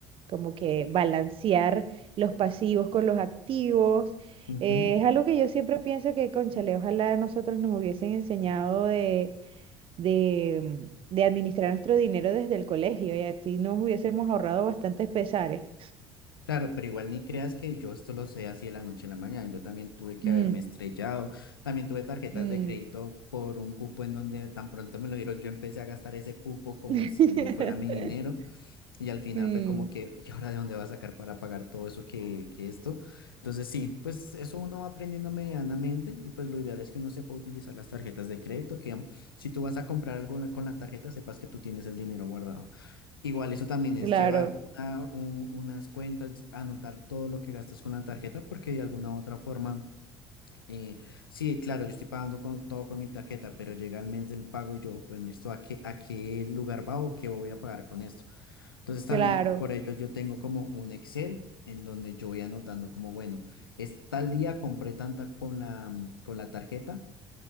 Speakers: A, on the right (about 50°); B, on the left (about 80°).
A: como que balancear los pasivos con los activos.
B: ujú.
A: Eh, es algo que yo siempre pienso que, cónchale, ojalá a nosotros nos hubiesen enseñado de, de, mm, de administrar nuestro dinero desde el colegio y así nos hubiésemos ahorrado bastantes pesares.
B: Claro, pero igual ni creas que yo esto lo sé así de la noche a la mañana. Yo también tuve que
A: Mm,
B: haberme estrellado. También tuve tarjetas
A: mm.
B: de crédito por un cupo en donde tan pronto me lo dieron. Yo empecé a gastar ese cupo como
A: <laughs>
B: si fuera mi dinero. Y al final
A: Mm,
B: fue como que, ¿y ahora de dónde va a sacar para pagar todo eso que, que esto? Entonces sí, pues eso uno va aprendiendo medianamente y pues lo ideal es que uno sepa utilizar las tarjetas de crédito, que mm, si tú vas a comprar algo la- con la tarjeta, sepas que tú tienes el dinero guardado. Igual eso también es
A: claro,
B: llevar una- un- unas cuentas, ll- anotar todo lo que gastas con la tarjeta, porque de alguna u otra forma, eh, sí, claro, yo estoy pagando con, todo con mi tarjeta, pero llega el mes del pago y yo, bueno, ¿esto a qué, a qué lugar va o qué voy a pagar con esto? Entonces también
A: claro.
B: por ello yo tengo como un Excel en donde yo voy anotando como, bueno, es tal día compré tanta con la, mm, con la tarjeta